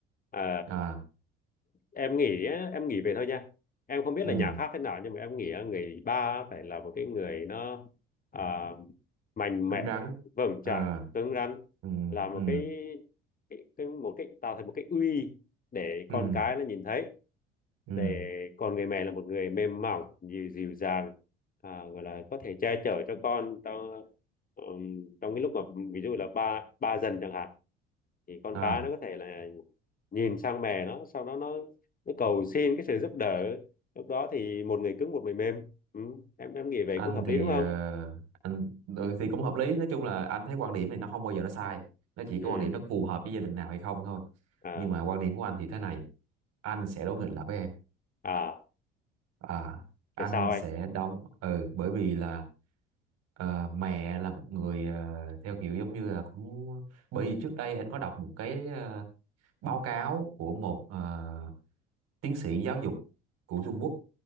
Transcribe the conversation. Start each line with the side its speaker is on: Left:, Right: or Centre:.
Left: Ờ,
Right: à
Left: em nghĩ á, em nghĩ về thôi nha em không biết
Right: ừ
Left: là nhà khác thế nào nhưng mà em nghĩ á, người ba phải là một cái người nó à, mạnh
Right: cứng
Left: mẽ
Right: rắn
Left: vững
Right: ờ
Left: chãi cứng rắn
Right: ừ
Left: là một
Right: ừ
Left: cái, cái, cái một cái tạo thành một cái uy để con
Right: ừ
Left: cái nó nhìn thấy
Right: ừ
Left: để còn người mẹ là một người mềm mỏng dịu, dịu dàng à, gọi là có thể che chở cho con trong ừm, trong cái lúc mà ví dụ là ba ba dần chẳng hạn thì con
Right: à
Left: cái nó có thể là nhìn sang mẹ nó sau đó nó nó cầu xin cái sự giúp đỡ lúc đó thì một người cứng một người mềm ừ. em em nghĩ vậy
Right: anh
Left: cũng hợp
Right: thì
Left: lý đúng không
Right: ờ, anh ừ, thì cũng hợp lý nói chung là anh thấy quan điểm này nó không bao giờ nó sai nó chỉ
Left: ừ
Right: có quan điểm nó phù hợp với gia đình nào hay không thôi
Left: à
Right: nhưng mà quan điểm của anh thì thế này anh sẽ đối nghịch lại với em
Left: à
Right: à anh
Left: tại sao
Right: sẽ
Left: anh
Right: đóng ừ bởi vì là ờ, mẹ là một người ờ, theo kiểu giống như là cũng bởi vì trước đây anh có đọc một cái ờ, báo cáo của một ờ, tiến sĩ giáo dục của Trung Quốc